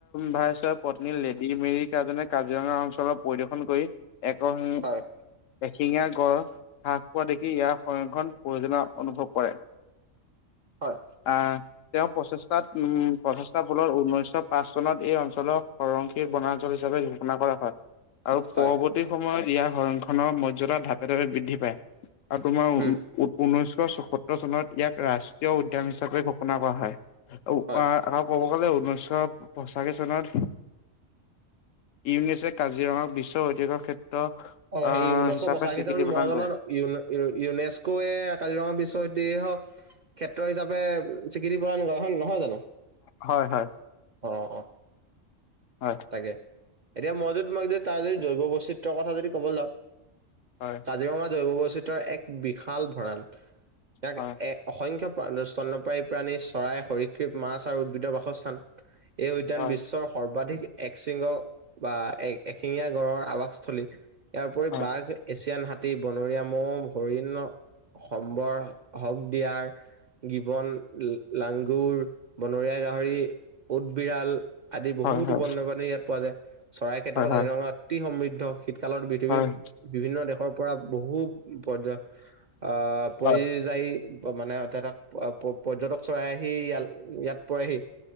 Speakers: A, on the left (about 75°); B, on the right (about 55°).
A: ভাই চোৱা পত্নী লেডী মেৰী কাৰজনে কাৰ্বিআলং অঞ্চলৰ পৰিদৰ্শ দৰ্শন কৰি এক
B: হয় হয়
A: এশিঙা গড় হ্ৰাস পোৱা দেখি ইয়াৰ সংৰক্ষণ প্ৰয়োজনা অনুভৱ কৰে
B: হয়।
A: আ তেওঁ প্ৰচেষ্টাত উম প্ৰচেষ্টা বলত ঊনৈশ পাঁচ চনত এই অঞ্চলৰ সৰংশী বনাঞ্চল হিচাপে ঘো ঘোষণা কৰা হয় আৰু পৰৱৰ্তী
B: হয়
A: সময়ত ইয়াৰ হৰংক্ষণৰ মৰ্যাদা ধাপে ধাপে বৃদ্ধি পায়। আৰু তোমাৰ
B: উম
A: ঊনৈশ চৌসত্তৰ চনত ইয়াক ৰাষ্ট্ৰীয় উদ্যান হিচাপে ঘোষণা কৰা হয়। অ
B: হয়
A: আও কব বলে ঊনৈছশ পঁচাশী চনত ইউনিছে কাজিৰঙাক বিশ্বৰ ঐতিহ্য ক্ষেত্ৰ
B: অ
A: আহ
B: হেৰি ঊনৈশ
A: হিচাপে
B: পঁচাশী
A: স্বীকৃতি
B: চনত
A: প্ৰদান
B: মই জনাত
A: কৰে।
B: ইউ ইউনেস্কৱে কাজিৰঙা বিশ্ব উইদেহি হওঁক ক্ষেত্ৰ হিচাপে স্বীকৃতি প্ৰদান কৰে হয়, নহয় জানো?
A: হয় হয়
B: অ',
A: হয়
B: তাকে। এতিয়া মই যদি তোমাক যদি তাৰ যদি জৈৱ বৈচিত্ৰৰ কথা যদি ক'ব যাও
A: হয়
B: কাজিৰঙা জৈৱ বৈস্থিত্ৰৰ এক বিশাল ভঁৰাল, ইয়াক
A: হয়।
B: এ অসংখ্য প্ৰা স্তনপ্ৰায়ী প্ৰাণী চৰাই হৰিক্ষিপ মাছ আৰু উদ্ভিদৰ বাসস্থান। এই উদ্যান
A: হয়
B: বিশ্বৰ সৰ্বাধিক এক চিংগ বা এক এশিঙীয়া গড়ৰ আৱাসস্থলী। ইয়াৰ উপৰি
A: হয়
B: বাঘ, এছিয়ান হাত তি বনৰীয়া ম'হ, হৰিণ সম্বৰ, হক দিয়াৰ। গিবন, লাংগুৰ, বনৰীয়া গাহৰি, উট বিৰাল। আদি বহুতো
A: হয় হয়
B: বন্যপাণী ইয়াত পোৱা যায়, চৰাইৰ ক্ষেত্ৰতো
A: হয়
B: কাজিৰঙা, অতি সমৃদ্ধ শীতকালত পৃথিৱীৰ,
A: হয়
B: বিভিন্ন দেশৰ পৰা বহু পৰ্য আহ পৰি
A: হয়
B: যায়, মানে তাত, পৰ্যটক চৰাই আহি ইয়া ইয়াতে আহি পৰেহি।